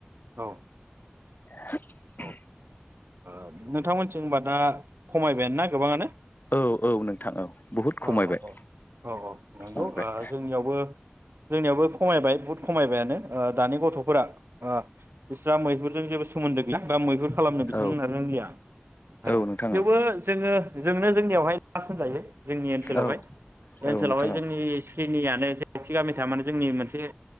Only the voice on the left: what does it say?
<inaudible>
औ-औ नोंथां औ बुहुद
खमायबाय
खमायबाय
औ
औ नोंथां औ
औ
औ
नोंथां